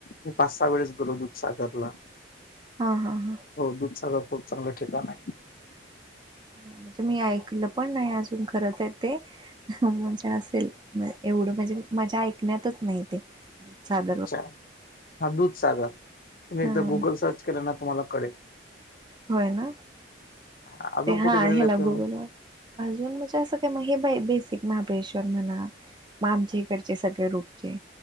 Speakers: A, on the left (about 45°); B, on the right (about 25°).
A: मी पाच-सहा वेळेस गेलो दुधसागरला.
B: हा हा हा.
A: हो दूधसागर खूप चांगलं ठिकाण आहे.
B: म्हणजे मी ऐकलं पण नाही अजून खर तर ते. म्हणजे असेल एवढं म्हणजे माझ्या ऐकण्यातच नाही ते. चाल.
A: अच्छा, हा दुधसागर तुम्ही एकदा
B: हा
A: गुगल सर्च केलं ना तुम्हाला कळेल.
B: होय ना,
A: हा, अजून
B: ते
A: कुठे
B: हा
A: गेलेले
B: ह्याला
A: आहेत तुम्ही
B: गुगल वर अजून म्हणजे असं काय मग हे बेसिक महाबळेश्वर म्हणा. मग आमच्या इकडचे सगळे रुटचे